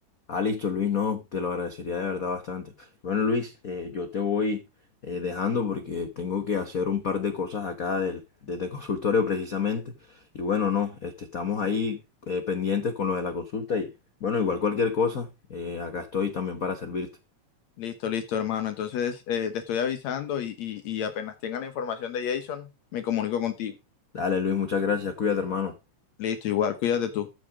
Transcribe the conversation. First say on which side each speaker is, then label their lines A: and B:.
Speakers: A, on the left; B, on the left.
A: Ah, listo, Luis, no, te lo agradecería de verdad bastante. Bueno, Luis, eh, yo te voy eh, dejando porque tengo que hacer un par de cosas acá del, desde el <laughs> consultorio precisamente. Y bueno, no, este, estamos ahí eh, pendientes con lo de la consulta y bueno, igual cualquier cosa, eh, acá estoy también para servirte.
B: Listo, listo, hermano. Entonces, eh, te estoy avisando y, y y apenas tenga la información de Jason, me comunico contigo.
A: Dale, Luis, muchas gracias, cuídate, hermano.
B: Listo, igual, cuídate tú.